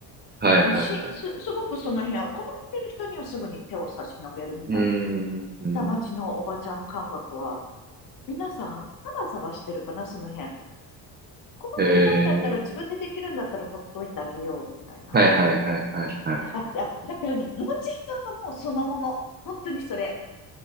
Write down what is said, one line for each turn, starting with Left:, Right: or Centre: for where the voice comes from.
Right: はいはいはい。
Left: し、す、すごくその辺は困ってる人にはすぐに手を差し伸べるみたいな、
Right: うーん、うん、
Left: 下町のおばちゃん感覚は、皆さんサバサバしてるかな、その辺。困ってないんだったら自分でできるんだったらほっといてあげようみたいな。
Right: えー、はいはいはいはいはい。
Left: あ、だだからね、もんじゃ屋さんがもうそのもの。本当にそれ。